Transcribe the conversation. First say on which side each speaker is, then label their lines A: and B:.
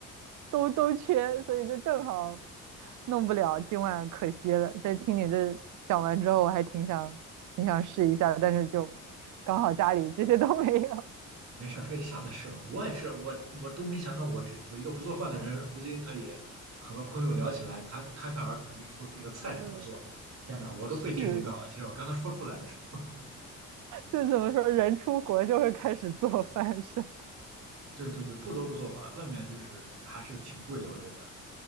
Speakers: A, on the right; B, on the right.
A: 都都缺，所以就正好弄不了，今晚可惜了。在听你这讲完之后，我还挺想挺想试一下的，但是就刚好家里这些都没有。
B: 没事儿，可以下次试吧。我也是，我我都没想到我这我一个不做饭的人，如今可以和朋友聊起来，谈侃侃而谈，说出这个菜怎么做。
A: 嗯，
B: 天哪，我都被震惊到了。
A: 是，
B: 其实我刚才说出来的时候，
A: 就怎么说，人出国就会开始做饭是吧？
B: 对对对，不得不做饭，外面就是还是挺贵的，我觉得。